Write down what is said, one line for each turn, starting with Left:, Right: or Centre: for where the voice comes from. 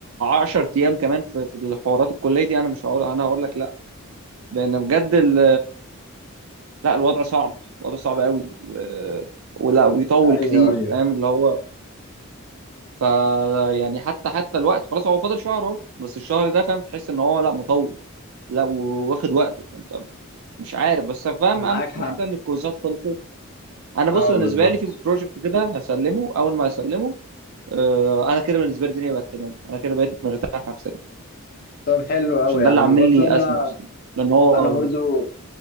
Right: 10 ايام كمان في في الحوارات الكليه دي انا مش هقول انا هقول لك لان بجد ال... لا الوضع صعب الوضع صعب قوي و... ولا بيطول
Left: أيوه
Right: كتير
Left: أيوه
Right: فاهم اللي هو ف يعني حتى حتى الوقت خلاص هو فاضل شهر اهو بس الشهر ده فاهم تحس ان هو لا مطول لا واخد وقته فانت مش عارف بس فاهم
Left: معاك
Right: اهم
Left: حق
Right: حاجه ان الكويزات خلصت انا بص
Left: أه
Right: بالنسبه
Left: بالظبط
Right: لي في بروجكت كده هسلمه اول ما هسلمه آه، انا كده بالنسبه لي الدنيا بقت تمام انا كده بقيت مرتاح نفسيا
Left: طب حلو أوي
Right: عشان ده
Left: يا عم
Right: اللي عامل
Left: وبرضه
Right: لي
Left: أنا
Right: ازمه اصلا لان هو
Left: انا برضو